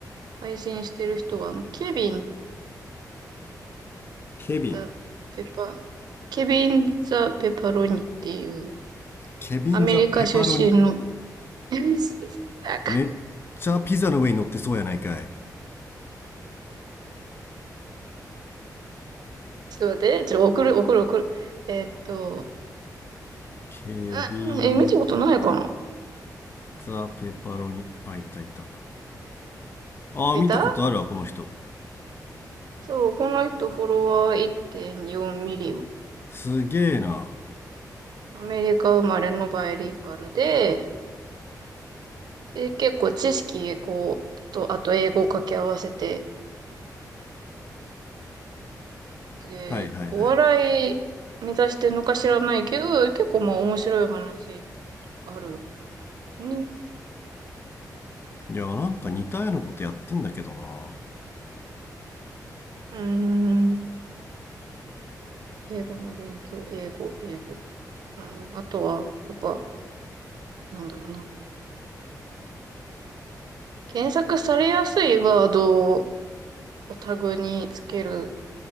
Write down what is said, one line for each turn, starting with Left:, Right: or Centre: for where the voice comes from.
Right: 配信してる人が、あの、ケビン
Left: ケビン。
Right: だ、ペッパー、ケビン・ザ・ペパロニっていう、
Left: ケビンザペパロニ。
Right: アメリカ出身の、<laughs> なんか、
Left: めっちゃピザの上に乗ってそうやないかい。
Right: ちょっと待って、ちょっと送る、送る、送る。えーっと、
Left: ケビン
Right: あえ、見たことないかな
Left: ザペパロニ。あ、いたいた。ああ、
Right: いた
Left: 見たことあるわ、この人。
Right: そう、この人フォロワー1.4ミリオン。
Left: すげえな。
Right: アメリカ生まれのバイリンガルで、で、結構知識、こう、と、あと英語を掛け合わせて、で、
Left: はいはいはい。
Right: お笑い目指してんのか知らないけど、結構まあ面白い話あるね。
Left: いや、なんか似たようなことやってんだけどな。
Right: うーん。英語の勉強、英語、英語。うん、あとは、やっぱ、なんだろうな。検索されやすいワードをタグにつける